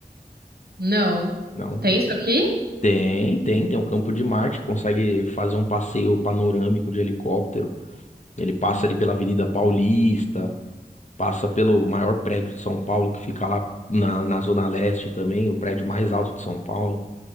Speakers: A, on the right; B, on the left.
A: Não.
B: Não.
A: Tem
B: não.
A: isso aqui?
B: Tem, tem, tem o Campo de Marte, consegue fazer um passeio panorâmico de helicóptero. Ele passa
A: Hum,
B: ali pela Avenida Paulista, passa pelo maior prédio de São Paulo, que fica lá na, na Zona Leste também, o prédio mais alto de São Paulo.